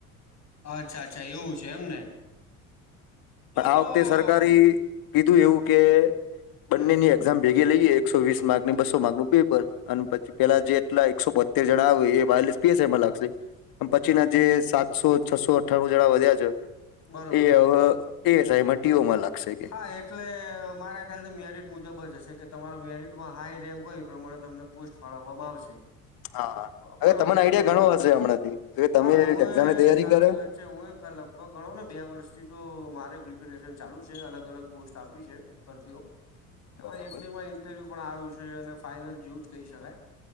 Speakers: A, on the left; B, on the left.
A: અચ્છા અચ્છા એવું છે એમને. તો
B: પણ
A: તો
B: આ વખતે સરકારી કીધું
A: હમ
B: એવું કે બંનેની
A: હમ
B: એક્ઝામ ભેગી લઈએ એકસો વી માકને બસો માર્કનું પેપર અને પછી પેલા જે એટલા એકસો બતેર જણા આવે એ વાયરલેસ પીએસ એમાં લાગશે. પછીના
A: હમ
B: જે સાતસો છસો અઠ્ઠાણું જેડા વધ્યા છે
A: બરોબર
B: એ હવે
A: છે
B: એ <unintelligible> એમાં ટીઓમાં લાગશે. કે
A: હા એટલે મારા ખ્યાલથી મેરિટ મુજબ જ હશે કે તમારો મેરિટમાં હાઈ રેન્ક હોય એ પ્રમાણે તમને પોસ્ટ ફાળવવામાં આવશે.
B: હા
A: બરોબર
B: હવે તમને
A: છે
B: આઈડિયા
A: બરોબર
B: ઘણો હશે
A: છે
B: હમણાંથી કે તમે
A: હા હું
B: એક્ઝામની તૈયારી
A: સાચી
B: કરે
A: વાત <unintelligible> હું એ લગભગ ગણો ને બે વર્ષથી તો મારે પ્રિપેરેશન ચાલુ છે અલગ અલગ પોસ્ટ આપી છે. <unintelligible> એમાં
B: બરાબર
A: એક બે માં ઇન્ટરવ્યુ પણ આવ્યું છે અને ફાઈનલ જેવું જ કહી શકાય